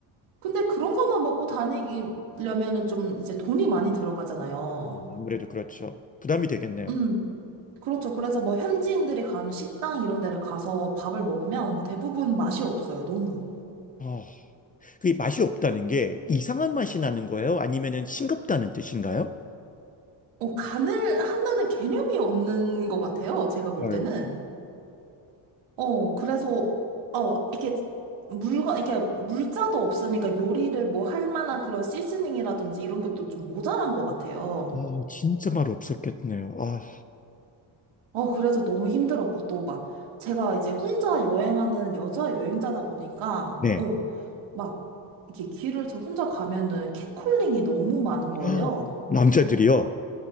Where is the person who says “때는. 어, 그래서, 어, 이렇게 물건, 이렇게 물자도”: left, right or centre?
Right